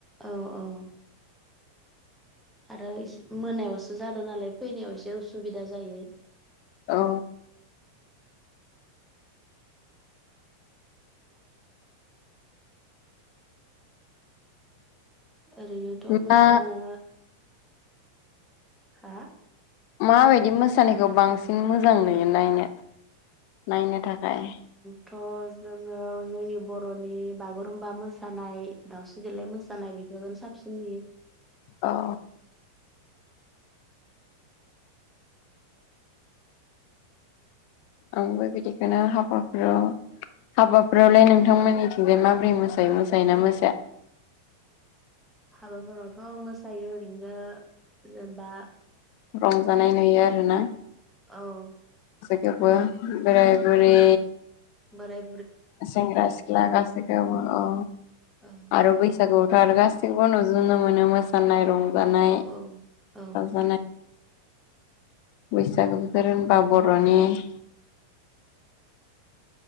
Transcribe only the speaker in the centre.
औ औ आरो मोनायावसो जादों नालाय फैनायाव एसे उसुबिदा जायो।
ओरैनोथ'
मोसानो हा
थ' जोङो जोंनि बर'नि बागुरुमबा मोसानाय दाावस्रि देेलाय मोसानाय बि साबसिन नुयो।
हाबाफोरावथ' मोसायो ओरैनो जेनेबा
औ
बोराइ
औ
औ औ